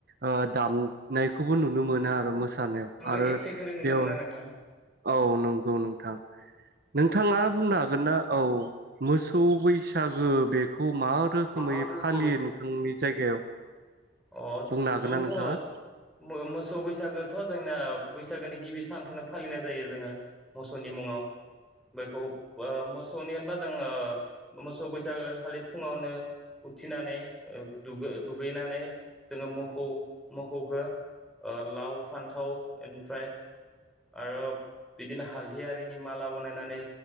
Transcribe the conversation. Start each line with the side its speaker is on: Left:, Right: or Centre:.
Right: ओ-दामब-नायखौबो नुनो मोनो आरो मो थानायाव
Centre: जोंबो
Right: आरो
Centre: एखेखौनो नुनो
Right: बेव
Centre: मोनो नोंथां
Right: औ नंगौ नोंथां नोंथाङा बुंनो हागोन ना औ मोसौ बैसा <unintelligible> बेखो। खौ मा रोखोमै
Centre: मा रोखोमै
Right: फालियो नोंथांनि जायगायाव?
Centre: अ
Right: बुंनो हागोन
Centre: जोंथ
Right: ना नोंथाङा
Centre: मो-मोसौ बैसागोथ जों बैसागोनि गिबि सानखौनो फालिनाय जायो जोंङो मोसौनि मुङाव बैखौ आ-मोसौनि होनबा जों-आ मोसौ बैसागो खालि फुङावनो उथिनानैु दुग-दुगैनानै। जोंङो मोखौ मोखौखो ओ लाव फान्थाव इनिफ्राय आरो बिदिनो हालदै आरिनि माला बनायनानै